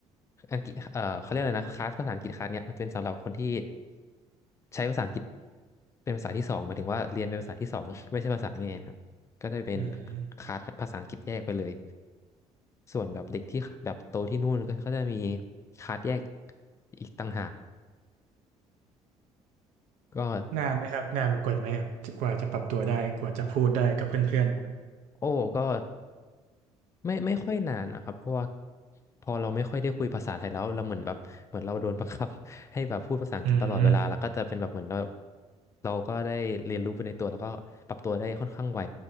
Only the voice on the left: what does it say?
อังกฤษเอ่อเขาเรียกอะไรนะคลาสภาษาอังกฤษคลาสเนี่ยมันเป็นสำหรับคนที่ใช้ภาษาอังกฤษเป็นภาษาที่สองหมายถึงว่าเรียนเป็นภาษาที่สอง <laughs> ไม่ใช่ภาษาแม่ครับก็จะเป็น
คลาสภาษาอังกฤษแยกไปเลยส่วนแบบเด็กที่แบบโตที่นู่นก็ก็จะมีคลาสแยกอีกต่างหาก ก็
โอ้ก็ไม่ไม่ค่อยนานนะครับเพราะว่าพอเราไม่ค่อยได้คุยภาษาไทยแล้วเราเหมือนแบบเหมือนเราโดนบังคับ <laughs> ให้แบบพูดภาษาอังกฤษตลอดเวลาแล้วก็จะเป็นแบบเหมือนเรา
เราก็ได้เรียนรู้ไปในตัวแล้วก็ปรับตัวได้ค่อนข้างไว